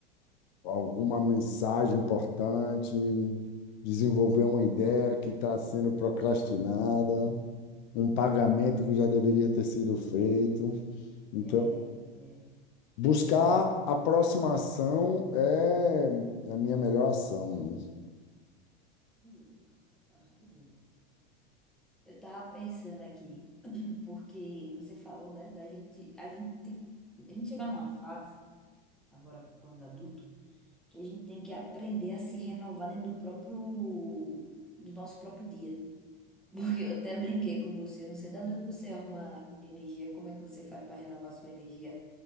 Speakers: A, on the left; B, in the centre.
A: alguma mensagem importante, desenvolver uma ideia que está sendo procrastinada, um pagamento que já deveria ter sido feito. Então,
B: é, é.
A: buscar aproximação é a minha melhor ação mesmo.
B: Arrasou, arrasou. Eu tava pensando aqui, <clears throat> porque você falou, né, da gente, a gente, a gente chega numa fase agora quando adulto, que a gente tem que aprender a se renovar dentro do próprio, do nosso próprio dia. <laughs> Porque eu até brinquei com você, eu não sei de onde é que você arruma energia, como é que você faz para renovar sua energia